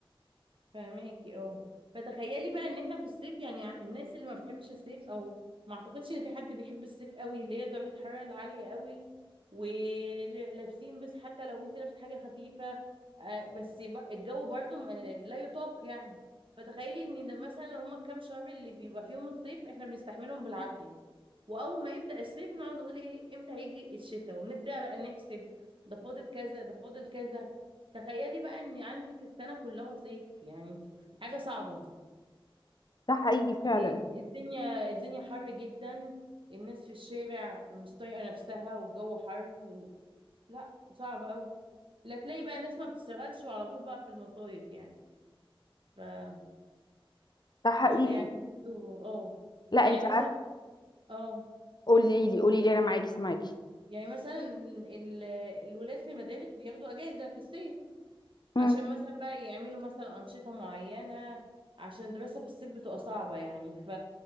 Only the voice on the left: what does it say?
ده حقيقي فعلا
ده حقيقي
لا
انت عارف
قولي لي قولي لي انا معاكي سامعاكي
مم.